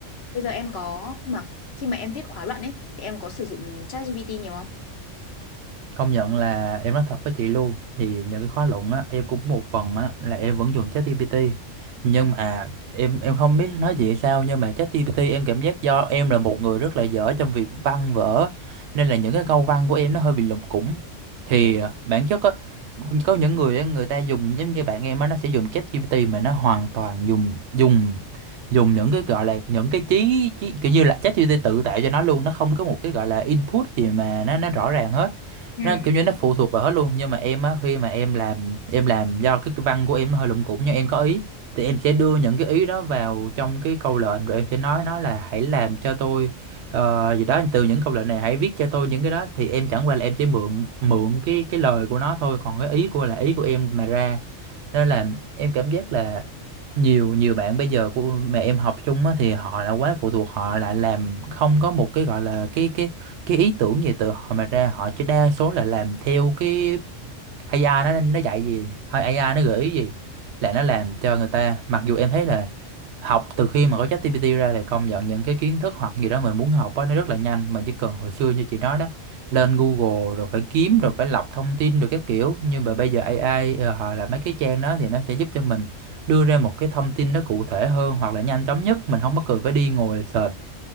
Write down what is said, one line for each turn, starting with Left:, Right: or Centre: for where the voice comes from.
Left: Bây giờ em có khi mà khi mà em viết khóa luận ấy thì em có sử dụng ChatGPT nhiều không?
Right: công nhận là em nói thật với chị luôn thì những cái khóa luận á em cũng một phần á là em vẫn dùng ChatGPT nhưng
Left: ừ,
Right: mà em em không biết nói chị sao nhưng mà ChatGPT em cảm giác do em là một người rất là dở trong việc văn vở nên là những cái câu văn của em nó hơi bị lủng củng thì
Left: ừ,
Right: à, bản chất á có những người á, người ta dùng giống như bạn em á nó sẽ dùng ChatGPT mà nó hoàn toàn dùng dùng dùng những cái gọi là những cái trí, trí kiểu như là ChatGPT tự tạo cho nó luôn nó không có một cái gọi là input gì mà nó nó rõ ràng hết
Left: ừ,
Right: nó
Left: ừ.
Right: kiểu như nó phụ thuộc vào hết luôn nhưng mà em á khi mà em làm em làm do cái cái văn của em nó hơi lủng củng nhưng em có ý thì em sẽ đưa những cái ý đó vào trong cái câu lệnh rồi em sẽ nói nó là hãy làm cho tôi ờ, gì đó từ những câu lệnh này hãy viết cho tôi những cái đó thì em chẳng qua là em chỉ mượn mượn cái cái lời của nó thôi còn cái ý của là ý của em mà ra nên là
Left: ừ.
Right: em cảm giác là nhiều nhiều bạn bây giờ của mà em học chung á thì họ đã quá phụ thuộc họ lại làm không có một cái gọi là cái cái cái ý tưởng về từ họ mà ra họ chỉ đa số là làm theo cái AI nó nó dạy gì hay AI nó gợi ý gì là nó làm cho người ta mặc dù em thấy là học từ khi mà có ChatGPT ra thì công nhận những cái kiến thức hoặc gì đó mình muốn học á nó rất là nhanh mình chỉ cần hồi xưa như chị nói đó lên Google rồi phải kiếm rồi phải lọc thông tin rồi các kiểu nhưng mà bây giờ AI ờ, họ là mấy cái trang đó thì nó sẽ giúp cho mình đưa ra một cái thông tin nó cụ thể hơn hoặc là nhanh chóng nhất mình không có cần phải đi ngồi search